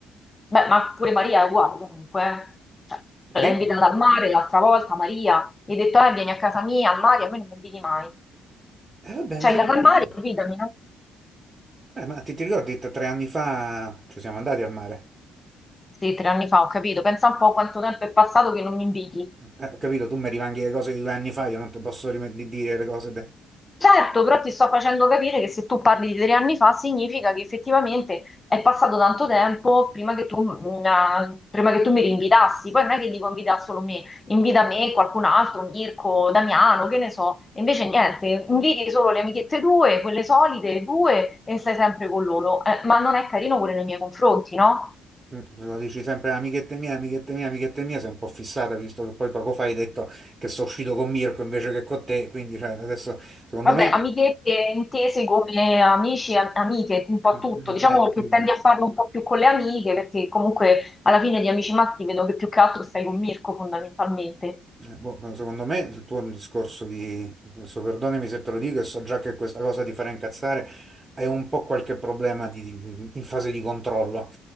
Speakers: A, on the left (about 25°); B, on the right (about 30°).
A: Beh, ma pure Maria è uguale comunque. eh. Cioè,
B: Chi?
A: l'hai invitata al mare l'altra volta, Maria, gli hai detto, eh, vieni a casa mia, al mare, a me non mi inviti mai.
B: Eh, vabbè, andiamo
A: Cioè, hai dato
B: a
A: al
B: parlare.
A: mare, invitami, no?
B: Eh, ma ti, ti ricordi, t- tre anni fa ci siamo andati al mare?
A: Sì, tre anni fa, ho capito. Pensa un po' quanto tempo è passato che non mi inviti.
B: Eh, ho capito, tu mi rivanghi le cose di due anni fa, io non ti posso rim- di- dire le cose
A: Certo, però ti sto facendo capire che se tu parli di tre anni fa significa che effettivamente è passato tanto tempo prima che tu, mm, ah, prima che tu mi rinvitassi. Poi non è che dico invita solo me, invita me, qualcun altro, Mirko, Damiano, che ne so. E invece niente, inviti solo le amichette tue, quelle solite, due, e stai sempre con loro. Eh, ma non è carino pure nei miei confronti, no?
B: Mm, Lo dici sempre amichette mia, amichette mia, amichette mia, sei un po' fissata, visto che poi poco fa hai detto che sono uscito con Mirko invece che con te, quindi cioè, adesso secondo
A: Vabbè,
B: me... Eh,
A: amichette intese come amici, am- amiche, un po'
B: eh,
A: tutto. Diciamo
B: eh,
A: che
B: sì,
A: tendi
B: no.
A: a farlo un po' più con le amiche, perché comunque alla fine di Amici Matti vedo che più che altro stai con Mirko fondamentalmente.
B: Eh, boh, ma secondo me il tuo è un discorso di, adesso perdonami se te lo dico e so già che questa cosa ti farà incazzare, è un po' qualche problema di- di- in fase di controllo,